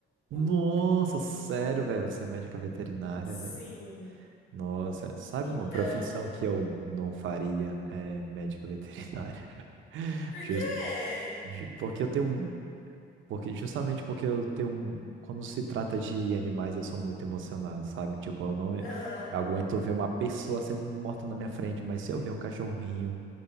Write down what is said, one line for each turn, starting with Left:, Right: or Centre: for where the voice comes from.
Right: Nossa,
Left: <laughs>
Right: sério, velho, você é médica veterinária,
Left: Sim.
Right: velho. Nossa, sabe
Left: Então,
Right: uma profissão que eu não faria? É médico veterinário. <laughs>
Left: por
Right: Jus-
Left: quê?
Right: ju- porque eu tenho um, porque justamente porque eu tenho um, quando se trata de animais, eu sou muito emocionado, sabe? Tipo, eu não
Left: Aham,
Right: aguento ver uma pessoa sendo morta na minha frente, mas se eu ver um cachorrinho